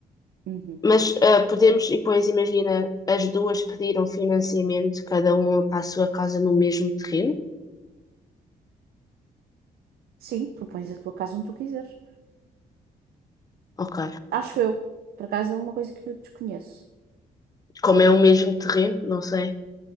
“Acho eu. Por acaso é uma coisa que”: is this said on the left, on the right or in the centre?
Right